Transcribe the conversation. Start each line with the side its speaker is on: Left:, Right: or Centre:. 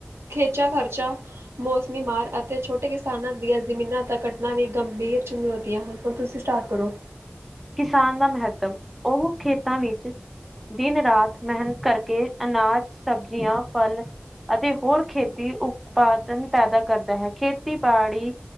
Right: ਖੇਂਚਾ ਖਰਚਾ ਮੌਸਮੀ ਮਾਰ ਅਤੇ ਛੋਟੇ ਕਿਸਾਨਾਂ ਦੀਆਂ ਜ਼ਮੀਨਾਂ ਤਾਂ ਘਟਨਾ ਵੀ ਗੰਭੀਰ ਚੁਮਲੌਤੀਆਂ ਹਨ ਹੁਣ ਤੁਸੀਂ ਸਟਾਰਟ ਕਰੋ।
Centre: ਕਿਸਾਨ ਦਾ ਮਹੱਤਵ, ਉਹ ਖੇਤਾਂ ਵਿੱਚ ਦਿਨ ਰਾਤ ਮਿਹਨਤ ਕਰਕੇ ਅਨਾਜ, ਸਬਜ਼ੀਆਂ, ਫਲ ਅਤੇ ਹੋਰ ਖੇਤੀ ਉਤਪਾਦਨ ਪੈਦਾ ਕਰਦਾ ਹੈ, ਖੇਤੀਬਾੜੀ